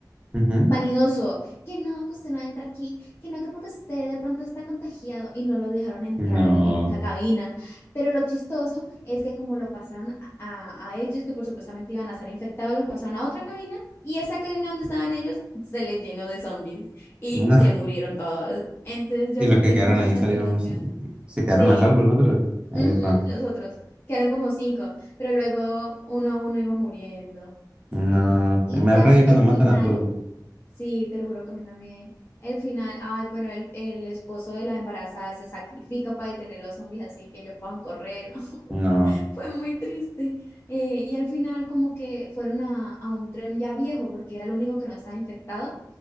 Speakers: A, on the right; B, on the left.
A: ujú,
B: vanidoso, que no, que usted no entra aquí, que no, que porque usted de pronto está contagiado y no lo dejaron entrar
A: No.
B: en, en esa cabina. Pero lo chistoso es que como lo pasaron a, a a ellos, que por supuestamente iban a estar infectados, los pasaron a otra cabina y esa cabina donde estaban ellos se les llenó de zombies y
A: No.
B: se murieron todos. Entonces yo
A: Y los
B: sentí
A: que quedaron
B: mucha
A: ahí
B: satisfacción.
A: salieron, se quedaron
B: Sí,
A: a salvo los otros. Epa.
B: ujú, los otros. Quedaron como cinco, pero luego uno a uno iba muriendo.
A: No.
B: Y
A: Me
B: ya
A: da rabia cuando
B: el
A: matan
B: final
A: a todos.
B: Sí, te lo juro que a mí también. El final, ay, bueno, el, el esposo de la embarazada se sacrifica para detener los zombies así que ellos puedan correr. <laughs>
A: No.
B: Fue muy triste. Eh, y al final como que fueron a, a un tren ya viejo porque era el único que no estaba infectado,